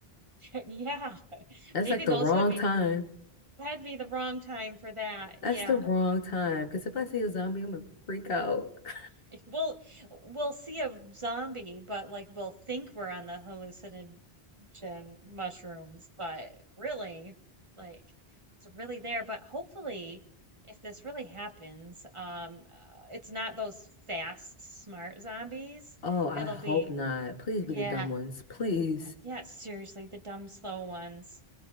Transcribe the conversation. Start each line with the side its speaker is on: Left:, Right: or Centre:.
Right: <laughs> Yeah,
Left: That's
Right: maybe
Left: like
Right: those
Left: the wrong
Right: would be
Left: time.
Right: that'd be the wrong time for that. Yeah.
Left: That's the wrong time. Because if I see a zombie, I'm gonna freak out. <laughs>
Right: If we'll we'll see a zombie, but like we'll think we're on the hallucinogen mushrooms, but really, like it's really there. But hopefully, if this really happens, um, uh, it's not those fast, smart zombies.
Left: Oh,
Right: It'll
Left: I hope
Right: be
Left: not. Please be the
Right: yeah,
Left: dumb ones. Please.
Right: yeah, seriously, the dumb, slow ones.